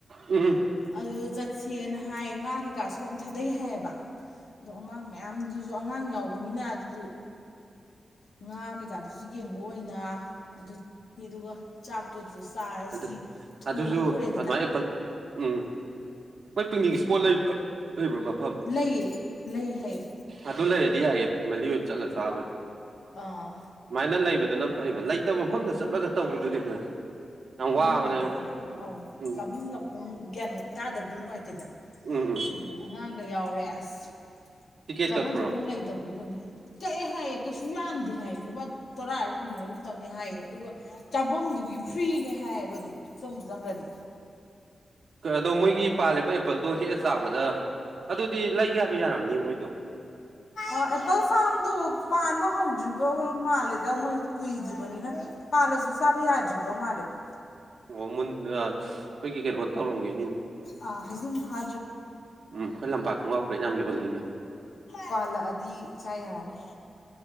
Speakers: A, on the right (about 65°); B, on the left (about 80°).
A: ꯎꯝ
B: ꯑꯗꯨꯗ ꯆꯠꯁꯦꯅ ꯍꯥꯏ ꯉꯥ ꯀꯩꯀꯥꯁꯨ ꯌꯥꯝ ꯊꯥꯗꯩ ꯍꯥꯏꯌꯦꯕ ꯑꯗꯣ ꯑꯉꯥꯡ ꯃꯌꯥꯝꯗꯨꯁꯨ ꯑꯉꯥꯡ ꯌꯥꯎꯕꯅꯤꯅ ꯑꯗꯨꯁꯨ ꯉꯥ ꯀꯩꯀꯥꯗꯨꯁꯨ ꯌꯦꯡꯕ ꯑꯣꯏꯅ ꯑꯗꯨ ꯑꯗꯨꯒ ꯆꯥꯛꯇꯣ ꯑꯗꯨꯗ ꯆꯥꯔꯁꯤ
A: ꯑꯗꯨ
B: ꯊꯣꯡꯉ
A: ꯑꯗꯨꯁꯨ
B: ꯄꯨꯔꯦꯗꯅ
A: ꯑꯗꯨꯃꯥꯏꯅ ꯑꯦꯄꯜ ꯎꯝ ꯃꯣꯏ ꯄꯤꯛꯅꯤꯛ ꯏꯁꯄꯣꯠ
B: ꯎꯝ
A: ꯂꯩꯕ꯭ꯔꫭ ꯃꯐꯝ
B: ꯂꯩꯌꯦ ꯂꯩ ꯍꯥꯏꯌꯦ
A: ꯑꯗꯨ ꯂꯩꯔꯗꯤ ꯌꯥꯏꯌꯦ ꯐꯦꯃꯤꯂꯤ ꯑꯣꯏꯅ ꯆꯠꯂ ꯆꯥꯕꯩ
B: ꯑꯥ‌
A: ꯁꯨꯃꯥꯏꯅ ꯂꯩꯕꯗꯨꯅ ꯐꯩꯕ ꯂꯩꯇꯕ ꯃꯐꯝꯗ ꯆꯠꯂꯒ ꯇꯧꯕꯗꯨꯗꯤꯅꯦ ꯌꯥꯝ ꯋꯥꯕꯅꯦꯕ
B: ꯅꯨꯡꯉꯥꯏꯇꯦꯗꯅ ꯑꯧ
A: ꯎꯝ
B: ꯆꯥꯐꯝ ꯂꯛꯐꯝ ꯒ꯭ꯌꯥꯟ ꯃ‌ꯦꯟ ꯇꯥꯗꯕꯗꫭ ꯅꯨꯡꯉꯥꯏꯇꯦꯗꯅ
A: ꯎꯝ ꯎꯝ
B: ꯑꯗꯨꯅꯤ ꯑꯉꯥꯡꯒ ꯌꯥꯎꯔꯦ ꯑꯁ
A: ꯇꯤꯀꯦꯠ
B: ꯆꯥꯐꯝ
A: ꯀꯛꯄ꯭ꯔꯣ
B: ꯊꯛꯐꯝ ꯂꯩꯇꯕꯗꯣ ꯀꯩꯅꯣ ꯀꯛꯑꯦ ꯍꯥꯏꯌꯦ ꯀꯩꯁꯨ ꯌꯥꯝꯗꯦ ꯍꯥꯏꯌꯦ ꯂꯨꯄꯥ ꯇꯔꯥ ꯍꯥꯏꯕꯔꯥ ꯀꯨꯟ ꯍꯥꯏꯕꯔꯥ ꯇꯝꯃꯤ ꯍꯥꯏꯌꯦ ꯑꯗꯨꯒ ꯆꯥꯐꯝꯗꯨꯒꯤ ꯐ꯭ꯔꯤꯅꯦ ꯍꯥꯏꯌꯦꯕ ꯑꯗꯨꯝ ꯆꯪꯕꯨ ꯆꯪꯈ꯭ꯔꯗꯤ
A: ꯑꯗꯣ ꯃꯣꯏꯒꯤ ꯄꯥꯜꯂꯤꯕ ꯑꯦꯄꯜꯗꯣ ꯍꯦꯛ ꯆꯥꯕꯗ ꯑꯗꯨꯗꯤ ꯂꯩꯒꯦ ꯍꯥꯏꯕ ꯌꯥꯔꯝꯅꯤ ꯃꯣꯏꯗꯣ
B: ꯑ ꯑꯦꯄꯜ ꯐꯥꯔꯝꯗꯣ ꯄꯥꯟꯕ ꯍꯧꯗ꯭ꯔꯤꯕ ꯃꯥꯜꯂꯤꯗ ꯃꯣꯏ ꯀꯨꯏꯗ꯭ꯔꯤꯕꯅꯤꯅ ꯄꯥꯂꯁꯨ ꯆꯕꯥ ꯌꯥꯗ꯭ꯔꯤꯕ ꯃꯥꯟꯂ‌ꯦꯕ
A: ꯑꯣ ꯃꯨꯟ ꯑꯩꯈꯣꯏꯒꯤ ꯀꯩꯅꯣ ꯇꯧꯔꯝꯒꯦꯅꯤꯅꯦ
B: ꯑꯥ ꯍꯩꯖꯤꯡ ꯐꯥ
A: ꯎꯝ ꯑꯩꯈꯣꯏ ꯂꯝꯄꯥꯛ ꯈꯣꯡꯒꯥꯎ ꯐꯨꯔꯤꯠ ꯌꯥꯝ ꯌꫭꯟꯂꯤꯅ‌ꯦ
B: ꯄꯥꯜꯂꯛꯑꯗꯤ ꯆꯥꯌꯥꯔꯅꯤ